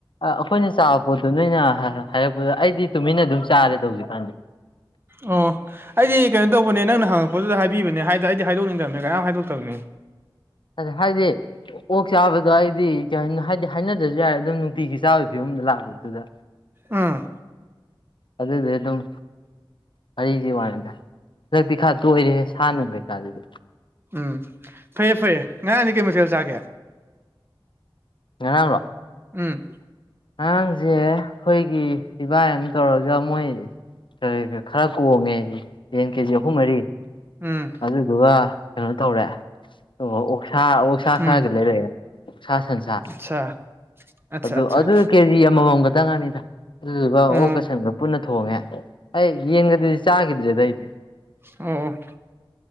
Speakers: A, on the left (about 65°); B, on the right (about 25°).
A: ꯑ ꯑꯩꯈꯣꯏꯅ ꯆꯥꯕ ꯄꯣꯠꯇꯣ ꯅꯣꯏꯅ ꯍ ꯍꯥꯏꯔꯛꯄꯗ ꯑꯩꯗꯤ ꯇꯨꯃꯤꯟꯅ ꯑꯗꯨꯝ ꯆꯥꯔꯦꯗ ꯍꯧꯖꯤꯛꯀꯥꯟꯗꯤ
B: ꯑꯣ ꯑꯩꯗꯤ ꯀꯩꯅꯣ ꯇꯧꯕꯅꯦ ꯅꯪꯅ ꯍꯪꯉꯛꯄꯗꯨꯗ ꯍꯥꯏꯕꯤꯕꯅꯦ ꯍꯥꯏꯗ ꯑꯩꯗꯣ ꯍꯥꯏꯗꯣꯛꯅꯤꯡꯗꯕꯅꯦ ꯀꯅꯥꯝ ꯍꯥꯏꯗꯣꯛꯇꯕꯅꯦ
A: ꯑꯗ ꯍꯥꯏꯗꯤ ꯑꯣꯛ ꯆꯥꯕꯗꯣ ꯑꯩꯗꯤ ꯍꯥꯏꯗꯤ ꯍꯥꯏꯅꯗ꯭ꯔꯁꯨ ꯌꯥꯔꯦ ꯑꯗꯨꯝ ꯅꯨꯡꯇꯤꯒꯤ ꯆꯥꯕꯒꯤ ꯐꯤꯕꯝꯗ ꯂꯥꯛꯄꯗꯨꯗ
B: ꯎꯝ
A: ꯑꯗꯨꯗꯦ ꯑꯗꯨꯝ ꯋꯥꯔꯤꯒꯤ ꯋꯥꯅꯤꯗ ꯍꯟꯗꯛꯇꯤ ꯈꯥ ꯇꯣꯏꯔꯦ ꯁꯥ ꯅꯨꯡ ꯀꯩꯀꯥꯗꯨꯗꯤ
B: ꯎꯝ ꯐꯩꯌꯦ ꯐꯩꯌꯦ ꯉꯔꯥꯡꯗꯤ ꯀꯩ ꯃꯊꯦꯜ ꯆꯥꯒꯦ
A: ꯉꯔꯥꯡꯂꯣ
B: ꯎꯝ
A: ꯉꯔꯥꯡꯖꯦ ꯑꯩꯈꯣꯏꯒꯤ ꯏꯕꯥꯏ ꯑꯃ ꯇꯧꯔꯒ ꯃꯣꯏ ꯀꯩ ꯈꯔ ꯀꯣꯡꯉꯦ ꯌꯦꯟ ꯀꯦꯖꯤ ꯑꯍꯨꯝ ꯃꯔꯤ
B: ꯎꯝ
A: ꯑꯗꯨꯗꯨꯒ ꯀꯩꯅꯣ ꯇꯧꯔꯦ ꯑꯣ ꯑꯣꯛꯁꯥ ꯑꯣꯛꯁꯥ
B: ꯎꯝ
A: ꯈꯔꯒ ꯂꯩꯔꯛꯑꯦ ꯑꯣꯛꯁꯥ ꯁꯟꯁꯥ
B: ꯑꯠꯁꯥ ꯑꯠꯆꯥ
A: ꯑꯗꯨ
B: ꯑꯠꯆꯥ
A: ꯑꯗꯨ ꯀꯦꯖꯤ ꯑꯃꯃꯝ ꯇꯪꯅꯤꯗ ꯑꯗꯨꯗꯨꯒ ꯑꯣꯛꯀ
B: ꯑꯣ
A: ꯁꯟꯒ ꯄꯨꯟꯅ ꯊꯣꯡꯉꯦ ꯑꯩ ꯌꯦꯟꯒꯗꯨꯗꯤ ꯆꯥꯈꯤꯗ꯭ꯔꯦꯗ ꯑꯩꯗꯤ
B: ꯑꯣ ꯑꯣ